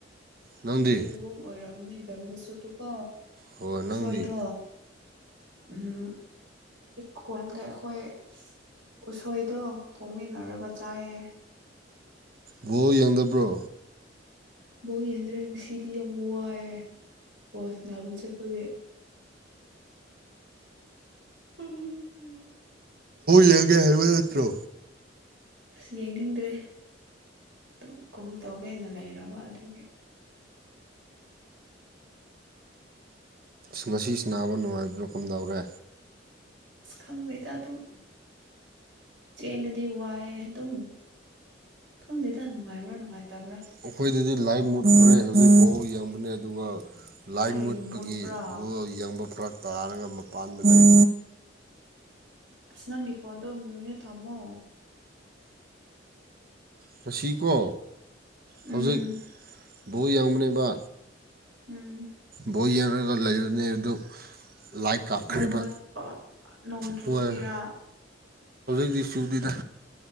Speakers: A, on the right (about 50°); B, on the right (about 80°).
A: ꯅꯪꯗꯤ
B: ꯁꯣꯏꯕꯨꯝ ꯑꯣꯏꯔꯝꯅꯤ ꯕꯦꯝꯕꯨ ꯁꯠꯇꯨꯀꯣ
A: ꯍꯣꯏ ꯅꯪꯗꯤ
B: ꯁꯣꯏꯗ ꯎꯝ ꯈꯣꯟꯒ ꯑꯩꯈꯣꯏ ꯎꯁꯣꯏꯗꯣ ꯇꯣꯡꯃꯤꯟꯅꯔꯒ ꯆꯥꯏꯌꯦ
A: ꯚꯣ ꯌꯗꯕ꯭ꯔꯣ
B: ꯕꯣ ꯌꯦꯟꯗ꯭ꯔꯦ ꯉꯁꯤꯗꯤ ꯌꯥꯝ ꯋꯥꯏꯑꯦ ꯕꯁ ꯅꯥꯕꯨ ꯆꯠꯄꯒꯦ ꯎꯝ
A: ꯌꯥꯡꯒꯦ ꯍꯥꯏ ꯅꯠꯇ꯭ꯔꯣ
B: ꯑꯁ ꯌꯦꯡꯅꯤꯡꯗ꯭ꯔꯦ ꯑꯗꯨꯝ ꯀꯣꯜ ꯇꯧꯒꯦꯅ ꯂꯩꯔꯕ ꯑꯗꯨꯒꯤ
A: ꯑ ꯃꯁꯤꯁꯤ ꯅꯥꯕ ꯅꯨꯡꯉꯥꯏꯕ꯭ꯔ ꯀꯝꯗꯧꯔꯦ
B: ꯈꯪꯉꯨꯦꯗ ꯑꯗꯨꯝ ꯆꯦꯜꯂꯗꯤ ꯋꯥꯏꯑꯦ ꯑꯗꯨꯝ ꯈꯪꯗꯦꯗ ꯅꯨꯡꯉꯥꯏꯕ꯭ꯔꯥ ꯅꯨꯡꯉꯥꯏꯇꯕ꯭ꯔꯥ
A: ꯑꯩꯈꯣꯏꯗꯗꯤ ꯂꯥꯏꯚ ꯃꯨꯠ ꯈꯔꯦ ꯍꯧꯖꯤꯛꯐꯥꯎ ꯌꯦꯡꯕꯅꯦ ꯑꯗꯨꯒ ꯂꯥꯏ
B: ꯀꯔꯤꯒꯤ
A: ꯃꯨꯠꯄꯒꯤꯕꯨ
B: ꯃꯨꯠꯄ꯭ꯔꯥ
A: ꯌꯦꯡꯕ ꯐꯔꯛ ꯇꯥꯔꯒ ꯃꯄꯥꯟꯗ ꯂꯩ
B: ꯑꯁ ꯅꯪꯒꯤ ꯐꯣꯟꯗꯣ ꯃꯤꯅ ꯊꯝꯃꯣ
A: ꯉꯁꯤꯀꯣ ꯍꯧꯖꯤꯛ
B: ꯎꯝ
A: ꯕꯣ ꯌꯦꯡꯕꯅꯦꯕ
B: ꯎꯝ
A: ꯕꯣ ꯌꯦꯡꯂꯡꯉꯒ ꯂꯩꯕꯅꯤ ꯑꯗꯨ ꯂꯥꯏ ꯀꯥꯞꯈ꯭ꯔꯤꯕ
B: ꯃꯩ ꯃꯨꯠꯄ ꯅꯣꯡ ꯆꯨꯕꯒꯤꯔ
A: ꯍꯧꯖꯤꯛ ꯍꯧꯗꯤꯁꯨꯨꯛꯇꯤꯗ